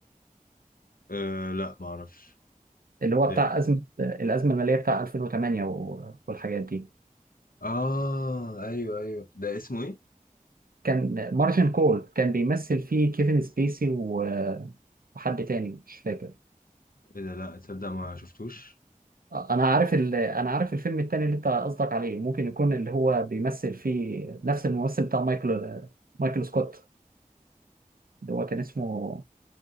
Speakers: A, on the left; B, on the right.
A: آه لا معرفش
B: اللي هو
A: ده
B: بتاع أزمة الأزمة المالية بتاع 2008 و- والحاجات دي
A: اه ايوه ايوه ده اسمه ايه
B: كان مارجن كول كان بيمثل فيه كيفن سبيسي و- وحد تاني مش فاكر
A: ايه ده لا تصدق ما شفتوش
B: أنا عارف ال... أنا عارف الفيلم التاني اللي أنت قصدك عليه ممكن يكون اللي هو بيمثل فيه نفس الممثل بتاع مايكل مايكل سكوت اللي هو كان اسمه